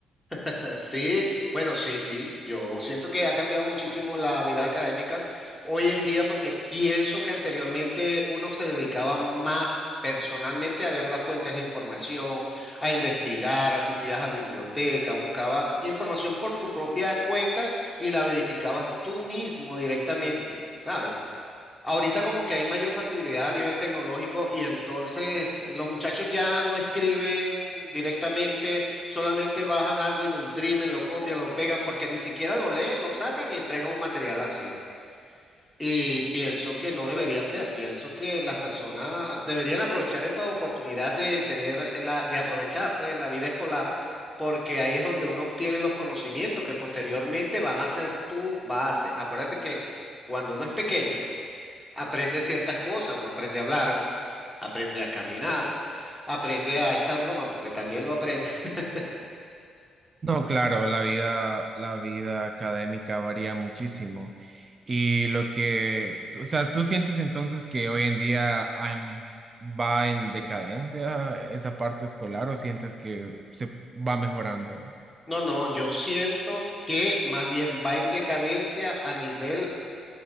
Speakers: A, in the centre; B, on the right.
A: <laughs> Sí, bueno, sí, sí. Yo siento que ha cambiado muchísimo la vida académica hoy en día porque pienso que anteriormente uno se dedicaba más personalmente a ver las fuentes de información, a investigar, asistías a biblioteca, buscaba información por tu propia cuenta y la verificabas tú mismo directamente, ¿sabes? Ahorita como que hay mayor facilidad a nivel tecnológico y entonces los muchachos ya no escriben directamente, solamente bajan algo y lo imprimen, lo copian, lo pegan, porque ni siquiera lo leen, lo sacan y entregan un material así. Y pienso que no debería ser, pienso que las personas deberían aprovechar esa oportunidad de tener la, de aprovechar pues la vida escolar, porque ahí es donde uno obtiene los conocimientos que posteriormente van a ser tu base. Acuérdate que cuando uno es pequeño, aprende ciertas cosas, uno aprende a hablar, aprende a caminar, aprende a echar broma, porque también lo aprende. <laughs>
B: No, claro, la vida, la vida académica varía muchísimo. Y lo que, o sea, ¿tú sientes entonces que hoy en día am- va en decadencia esa parte escolar o sientes que se va mejorando?
A: No, no, yo siento que más bien va en decadencia a nivel,